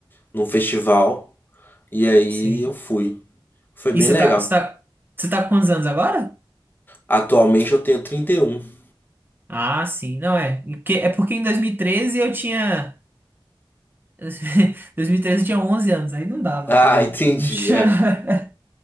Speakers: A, on the left (about 20°); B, on the right (about 20°).
A: num festival, e aí
B: Sim.
A: eu fui. Foi
B: E
A: bem
B: você
A: legal.
B: tá, você tá, você tá com quantos anos agora?
A: Atualmente eu tenho 31. <laughs>
B: Ah, sim, não é. Que- É porque em 2013 eu tinha. <laughs> 2013 eu tinha 11 anos, aí não dava
A: Ah,
B: pra mim.
A: entendi,
B: Não tinha.
A: é.
B: <laughs>